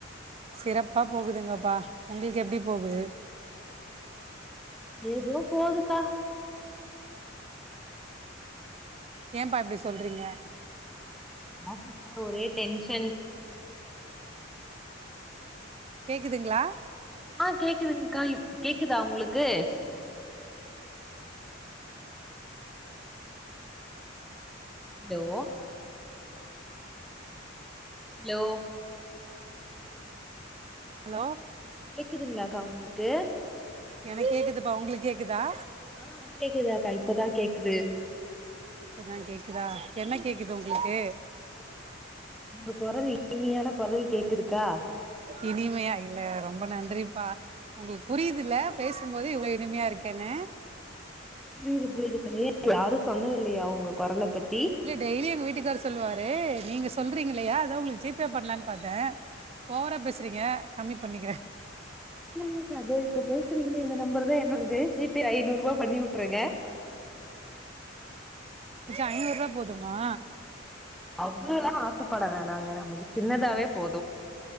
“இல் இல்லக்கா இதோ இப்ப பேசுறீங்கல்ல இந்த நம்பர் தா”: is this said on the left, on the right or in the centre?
Centre